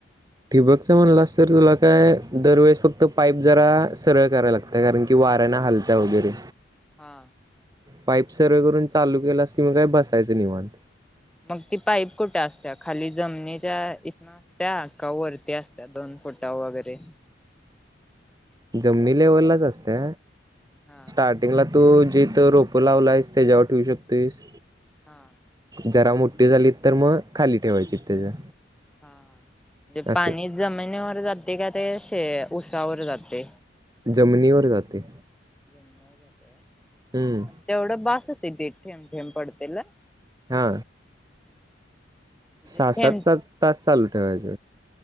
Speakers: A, on the right (about 20°); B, in the centre.
A: ठिबकचम्हणला तर तुला काय दरवेळेस फक्त पाईप जरा सरळ करायला लागत कारण कि, वाऱ्याने हालते वैगेरे
B: हा,
A: पाईप सर्व करून चालू केलास किंवा काय बसायचं निवांत
B: मग ती पाईप कुठे असत्या खाली जमनीच्या की वरती असत्या दोन फुटा वैगरे,
A: जमिनी लेवललाच असते,
B: हा
A: स्टार्टिंगला, तो जेथे रोपं लावला आहेस त्याच्यावर ठेवू शकतो आहेस.
B: हा,
A: जरा मोठी झाली तर मग खाली ठेवायची त्याच्या.
B: हा म्हजे
A: असं
B: पाणी जमिनीवर जाते का ते अस ऊसावर जाते.
A: जमिनीवर जात,
B: <inaudible>
A: हम्म
B: पण तेवढं बास होतील थेंब थेंब पडतात ना?
A: हा,
B: म्हणजे
A: सहा
B: थेंब
A: सात तास चालू ठेवायच